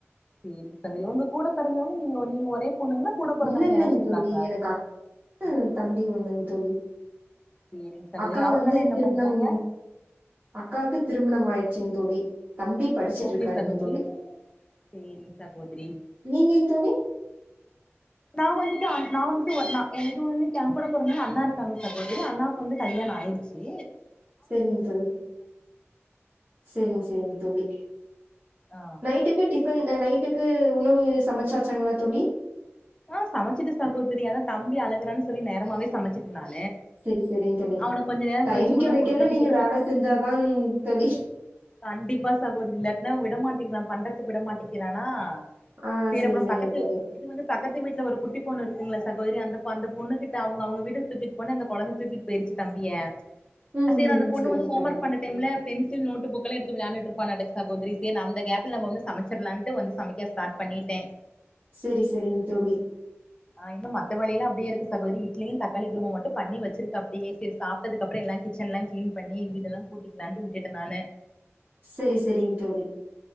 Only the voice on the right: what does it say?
இல்ல இல்லைங்க
தோழி எனக்கு அக்கா தம்பி ஒண்ணுங்க தோழி
அக்கா
வந்து
திருமணம்
அக்காக்கு திருமணம் ஆயிட் செரிங் தோழி தம்பி படிச்சுட்டு
இருக்காருங்க
தோழி
நீங்கங் தோழி
சேரிங்க தோழி சேரிங்க சேரிங்க தோழி
நைட்டுக்கு டிஃபன் அ நைட்டுக்கு க்கு உணவு சமைச்சாச்சங்களா தோழி
சேரி சேரிங்க தோழி
டைம்
கெடைக்கையில
நீங்க
வேல செஞ்சாதான தோழி
ஆ
சரி
சரிங்க
தோழி.
ம்
ம்
சரிங்க
தோழி.
செரி செரிங்க தோழி
செரி செரிங்க தோழி